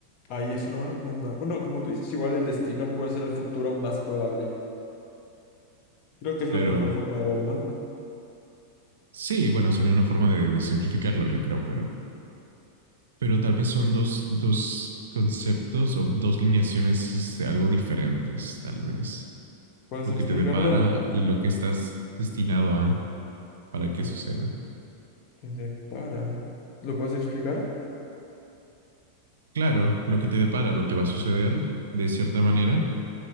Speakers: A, on the left; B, on the right.
A: Ahí es una buena pregunta. Bueno, como tú dices, igual el destino puede ser el futuro más probable. Creo que es
B: Pero
A: la mejor forma de verlo.
B: sí, bueno, sería una forma de, de simplificarlo, yo creo, pero, pero tal vez son dos, dos conceptos o dos lineaciones este, algo diferentes, tal vez.
A: ¿Puedes
B: Lo
A: explicarlo?
B: que te depara y lo que estás destinado a para que
A: Lo
B: suceda.
A: que te depara. ¿Lo puedes explicar?
B: Claro, lo que te depara, lo que va a suceder, de cierta manera,